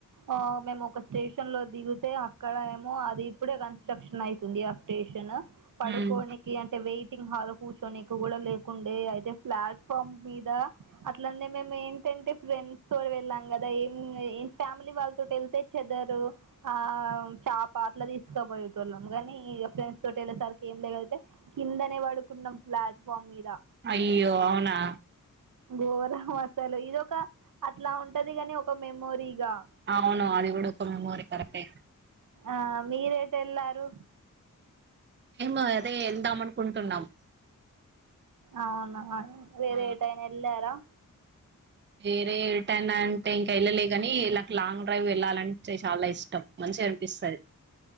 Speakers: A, on the right (about 75°); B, on the right (about 35°).
A: ఆ మేము ఒక స్టేషన్ లో దిగితే అక్కడ ఏమో అది ఇప్పుడే కన్స్ట్రక్షన్ అయితుంది స్టేషన్ పడుకోడానికి
B: ఉమ్.
A: అ అతే వెయిటింగ్ హాల్ కూర్చొనికు కూడా లేకుండే అయితే ప్లాట్ఫామ్ మీద అట్లనే మేంమే ఏంటంటే ఫ్రెండ్స్ తో వెళ్ళాం కదా ఏం ఏ ఫ్యామిలీ వాళ్ళతోటి వెళ్తే చదరు ఆ చాపట్ల తీసుకపోయేటోళ్ళం కాని ఫ్రెండ్స్ తోటి ఎళ్ళేసరికి ఏం లేగతే కిందనే పడుకున్నాం ప్లాట్ఫామ్ మీద
B: అయ్యో అవునా
A: ఘోరం అసలు ఇదొక అట్లా ఉంటదిని ఒక మెమోరీగా
B: అవును అది కూడా ఒక మెమోరి కరెక్టే
A: ఆ మీరేటేళ్లారు
B: మేము అదే ఎళ్దాం అనుకుంటున్నాం
A: ఆవున్నా వేరేటైన
B: ఆ
A: ఎళ్లారా
B: వేరే రిటైన్ అంటే ఇంకా వెళ్ళలే కాని ఇకి లాంగ్ డ్రైవ్ వెళ్ళాలంటే చాలా ఇష్టం మంచిగా అనిపిస్తుంది